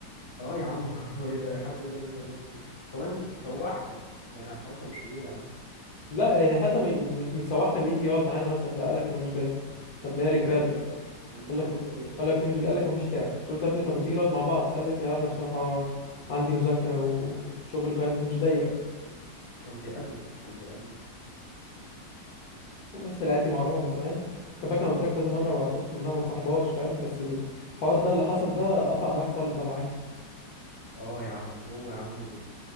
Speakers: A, on the left; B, on the left.
A: اه يا عم <laughs> هو ده حد يقدر ينسى الموقف ده وكمان سوحنا يعني حركة مش رجولة يا عم
B: لا يعني حتى ما- مش مش سوحنا ويجي يقعد معانا مثلا لا قال لك انا مش جاي طب ليه يا
A: مش
B: رجاله
A: جاي اه كان نزلنا
B: قال لك
A: على الفاضي يعني
B: قال لك ليه مش جاي قال لك ما فيش لعب قلت له طب يا ابني طب ما تيجي نقعد مع بعض قال لك لا انا بصراحه عندي مذاكره وشغل فاهم مش ضيق
A: كان بيألف كان بيألف
B: هو اصل العيال دي معروفه من زمان خلي بالك انا قلت لك كذا مره ما بفك منها ما انصاحبهاش فاهم بس الحوار ده اللي حصل ده قطع معايا خالص بقى معاهم
A: اه يا عم هو يا عم